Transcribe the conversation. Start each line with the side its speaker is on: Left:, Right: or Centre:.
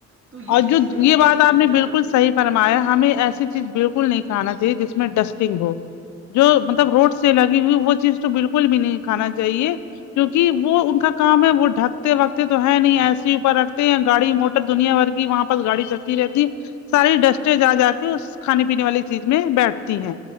Right: تو یہ
Left: اور
Right: چیزیں
Left: جو
Right: پھر ہمارے
Left: یہ بات
Right: سرے
Left: آپ
Right: میں
Left: نے
Right: جاتی
Left: بالکل
Right: ہیں
Left: صحیح فرمایا ہمیں ایسی چیز بالکل نہیں کھانا چاہیے جس میں ڈسٹنگ ہو جو مطلب
Right: ہاں
Left: روڈ سے سے لگی ہوئی وہ چیز تو بالکل بھی نہیں کھانا چاہیے- کیونکہ وہ ان کا کام ہے وہ ڈھکتے وگتے تو ہے نہیں ایسے اوپر رکھتے ہیں یا گاڑی موٹر دنیا بھر کے- وہاں پر گاڑی چلتی رہتی ساری ڈسٹےج آ جا کے اس کھانے پینے والی چیز میں بیٹھتی ہیں